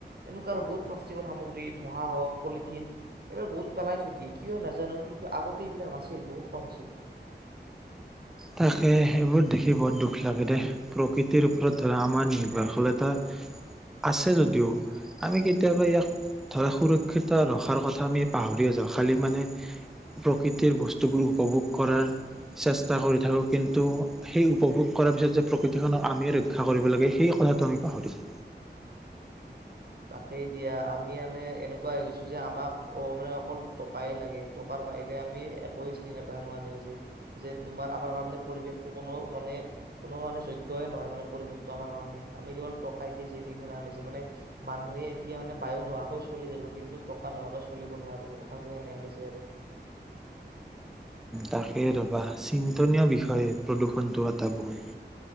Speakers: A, on the right; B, in the centre.
A: এনেকুৱা আৰু বহুত প্লাষ্টিকৰ সামগ্ৰী ধোহা হওক পলিথিন এইবিলাক বহুত পেলাই থৈ দিয়ে কিয় নাজানো কিন্তু আগতে এইবিলাক নাছিল বহুত কম আছিল।
B: তাকে সেইবোৰ দেখি বৰ দুখ লাগে দে প্ৰকৃতিৰ ওপৰত ধৰা আমাৰ নিৰ্ভৰশীলতা আছে যদিও আমি কেতিয়াবা ইয়াক ধৰা সুৰক্ষিত ৰখাৰ কথা আমি পাহৰি যাওঁ খালি মানে প্ৰকৃতিৰ বস্তুবোৰ উপভোগ কৰাৰ চেষ্টা া কৰি থাকোঁ কিন্তু সেই উপভোগ কৰাৰ পিছত যে প্ৰকৃতিখনক আমিয়ে ৰক্ষা কৰিব লাগে সেই কথাটো আমি পাহৰিছা
A: তাকেই দিয়া আমি মানে এনেকুৱা হৈ গৈছো যে আমাক অ মানে অকল টকাই লাগে টকাৰ বাহিৰে আমি একোৱে চিনি নাপাই আোহ গৈছে যেন তোমাৰ আমাৰ কাৰণে পৰিৱেশটো কোনো মান কোনো মানে যোগ্য়ে নহয় মানে পৰিৱেশটো আমাৰ কাৰণে আমি কেৱল টকাই দি মানে মানুহে এতিয়া মানে বায়ু নোহোৱাকৈ চলি যাব কিন্তু টকা নোহোৱাকৈ চলিব নোৱাৰিব কথাটো সেনেন হৈছে আৰু
B: তাকে ৰবা চিন্তনীয় বিষয়ে প্ৰদূৰষণটো এটা বহুত